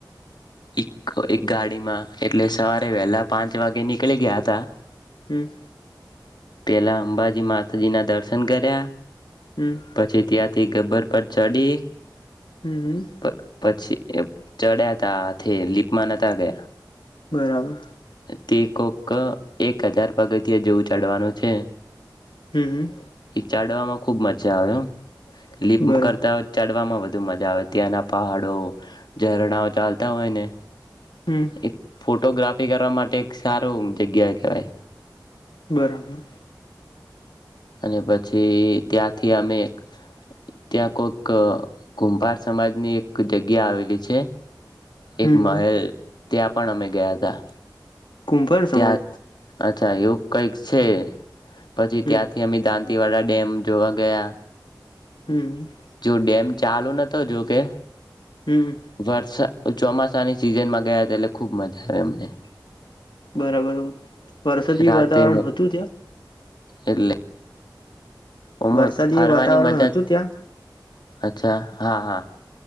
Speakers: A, on the left; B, on the left.
A: એક એક ગાડીમાં એટલે સવારે વહેલા પાંચ વાગે નીકળી ગયા હતા
B: હમ
A: પેલા અંબાજી માતાજી ના દર્શન કર્યા
B: હમ
A: પછી ત્યાંથી ગબ્બર પર ચડી
B: હમ હમ
A: પ પછી. એ ચડ્યા તાથે લીપમાં નતા ગયા.
B: બરાબર.
A: તે કોક એક હજાર પગ થી જેવું ચડવાનું છે.
B: હૂં હૂં.
A: ચડવામાં ખુબ મજા આવે હો. લિપ
B: બરાબર
A: કરતા ચાડવામાં વધુ બ મજા આવે ત્યાંના પહાડો ઝરણાઓ ચાલતા હોય ને.
B: હમ
A: એક ફોટોગ્રાફ ફી કરવા માટે એક સારું જગ્યા કેવાય.
B: બરાબર.
A: અને પછી ત્યાંથી અમે ત્યાં કોઈક કુંભાર સમાજની એક જગ્યા આવેલી છે.
B: હમ
A: એક
B: હમ
A: મહેલ. ત્યાં પણ અમે ગયા હતા.
B: કુંભાર સમાજ.
A: ત્યાં અચ્છા યોગ કઈક છે. પછી
B: હમ
A: ત્યાંથી અમે દાંત દતીવાડા ડેમ જોવા ગયા.
B: હમ.
A: જો ચાલુ નતો જોકે.
B: હમ
A: વરસાદ ચોમાસાની સિઝનમાં ગયા હતા એટલે ખુબ મજા આવે એમને.
B: બરાબર. વરસાદી
A: રાતે
B: વાતાવરણ હતું ત્યાં?.
A: એટલે ઓમાં
B: વરસાદી
A: ફરવાની
B: એ વાતાવરણ
A: મજા
B: હતું ત્યાં?.
A: અચ્છા હા હા,